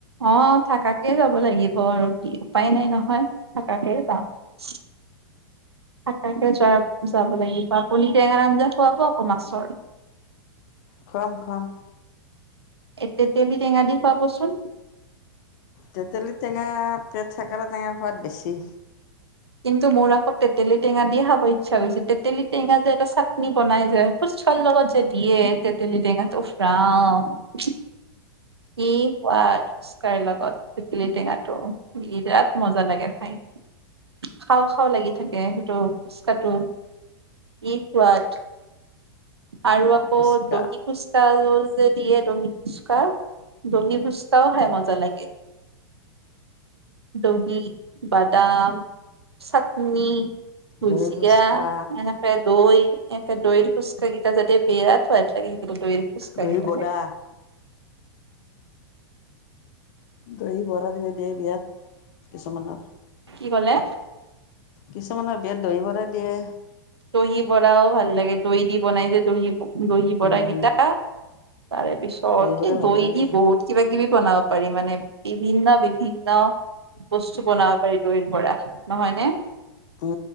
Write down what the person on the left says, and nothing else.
খোৱাম খোৱাম
তেতলি টেঙা পেট থেকেৰা টেঙাৰ সোৱাদ বেছি
ফুচকা
দহি ফুচকা
দহি
বৰা
দহি বৰাৰ যে দিয়ে বিয়াত কিছুমানৰ
কিছুমানৰ বিয়াত দহিবৰাই দিয়ে
উম,
দহি বৰা
ভাল
লাগে
উম